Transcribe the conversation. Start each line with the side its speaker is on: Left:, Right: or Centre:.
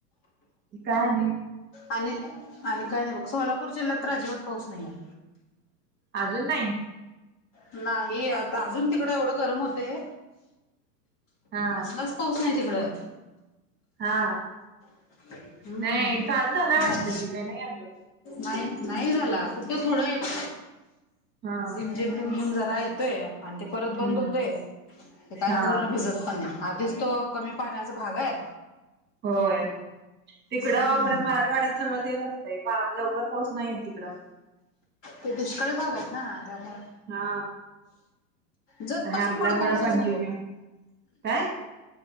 Right: काय नाही..
Left: आणि आणि काय नाही बघ सोलापूर जिल्ह्यात तर अजिबात पाऊस नाही आहे.
Right: अजून नाही.
Left: नाही आता अजून तिकड एवढं गरम होतय.
Right: हा.
Left: कसलाच पाऊस नाही तिकडं.
Right: हा.
Left: हा <inaudible>
Right: नाही चालू झालाय वाटतं
Left: बर.
Right: की काय नाही अजून.
Left: नाही नाही झाला कुठं थोडं येतो
Right: हा.
Left: रिमझिम रिमझिम जरा आहेत. आणि ते परत बंद
Right: हम्म
Left: होते ते काय
Right: हा
Left: पूर्ण भिजत पण नाही. आधीच तो कमी पाण्याचा भाग आहे.
Right: होय. तिकडं
Left: हम्म
Right: परत मराठवाड्यात सगळं तेच असतं लवकर पाऊस नाहीयेत तिकडं.
Left: ते दुष्कळ भाग आहेत ना त्यामुळे.
Right: हा
Left: जतपासून
Right: आणि आपल्याकडं
Left: पुढं पाऊसच
Right: कंटिन्यू
Left: नाही बघ.
Right: काय